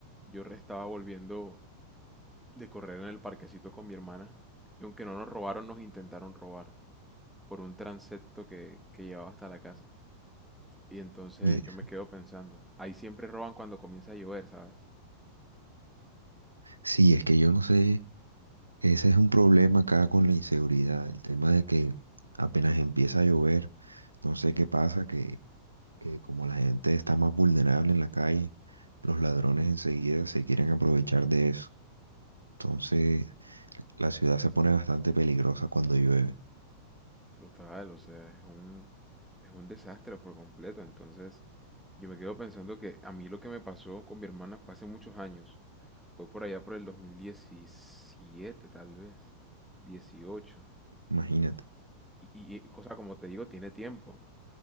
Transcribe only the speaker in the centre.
yo re- estaba volviendo de correr en el parquecito con mi hermana, y aunque no nos robaron, nos intentaron robar por un transepto que, que llevaba hasta la casa. Y entonces
yo me quedo pensando, ahí siempre roban cuando comienza a llover, ¿sabes?
Total, o sea, es un, es un desastre por completo. Entonces yo me quedo pensando que a mí lo que me pasó con mi hermana fue hace muchos años. Fue por allá por el 2017, tal vez, 18.
Y, y, y, o sea, como te digo, tiene tiempo.